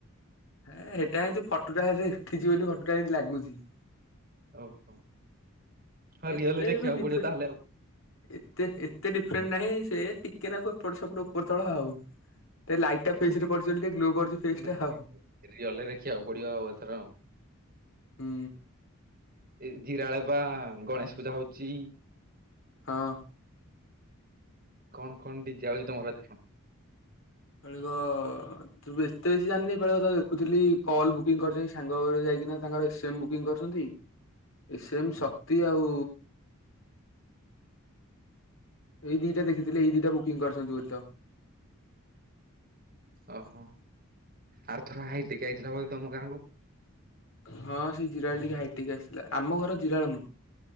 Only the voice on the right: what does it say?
ଓହୋ ହଁ
ରିଅଲ ଦେଖିବାକୁ
ପଡିବ ତାହେଲେ ଆଉ।
ମୁଁ
କହିଲି
ନା
ରିଅଲରେ ଦେଖିବାକୁ ପଡିବ ଆଉ ଏଥର ଆଉ।
ଏ ଜିରାଳ ପା ଗଣେଶ ପୂଜା ହଉଛି।
କଣ କଣ ଡିଯେ ଆଉଛି ତମର ଏଥର?
ଓହୋ ଆର ଥର ହାଇଟେକ୍ ଆଇଥିଲା ବୋଧେ ତମ ଗାଁକୁ।